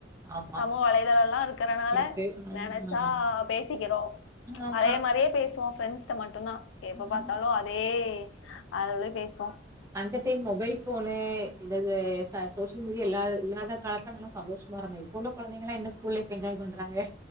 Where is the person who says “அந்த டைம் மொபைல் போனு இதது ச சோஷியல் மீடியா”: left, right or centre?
Right